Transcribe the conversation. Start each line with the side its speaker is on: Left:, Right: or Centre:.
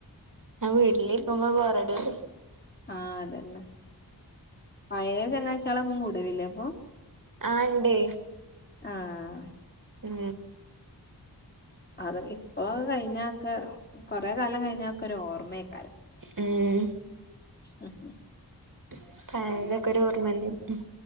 Right: ആ വീട്ടിലിരിക്കുമ്പോ മ്പോറടില്ലെ
Left: ആഹ് അതന്നെ പയേ ചങ്ങായിച്ചാളെ ഒപ്പം കൂടലില്ലേ അപ്പൊ
Right: ആഹ് ണ്ടെയ്
Left: ആഹ്
Right: ഉം
Left: അത് ഇപ്പോ കഴിഞ്ഞാഒക്കെ കൊറെ കാലം കഴിഞ്ഞാഒക്കെ ഒരു ഓർമ്മയരിക്കും
Right: ഉം
Left: ഉം
Right: സ് പയേതൊക്കെ ഒരു ഓർമ്മന്നെ ഉം